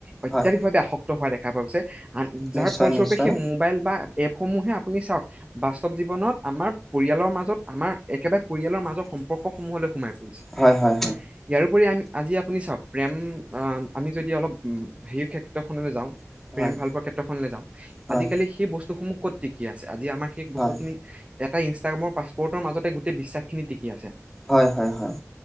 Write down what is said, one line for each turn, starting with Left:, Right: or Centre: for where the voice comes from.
Right: অত্যাধিকভাৱে
Centre: হয়
Right: আসক্ত হোৱা দেখা দেখা পাইছে আন যাৰ
Centre: নিশ্চয়
Right: ফলস্বৰূপে
Centre: নিশ্চয়
Right: সেই মোবাইল বা এপসমূহে আপুনি চাওক বাস্তৱ জীৱনত আমাৰ পৰিয়ালৰ মাজত যত আমাৰ একেবাৰে পৰিয়ালৰ মাজৰ সম্পৰ্কসমূহলৈ সোমাই পৰিছে
Centre: হয় হয়
Right: ইয়াৰোপৰি আমি আজি আপুনি চাওক প্ৰেম আমি যদি অলপ হেৰি ক্ষেত্ৰখনলৈ যাওঁ
Centre: হয়
Right: প্ৰেম ভাল পোৱা ক্ষেত্ৰখনলৈ যাওঁ
Centre: হয়
Right: আজিকালি সেই বস্তুসমূহ ক'ত টিকি আছে আজি আমাৰ সেই
Centre: হয়
Right: বস্তুখিনি এটা ইনষ্টাগ্ৰামৰ পাছপৰ্টৰ মাজতে গোটেই বিশ্বাসখিন টিকি আছে
Centre: হয় হয় হয়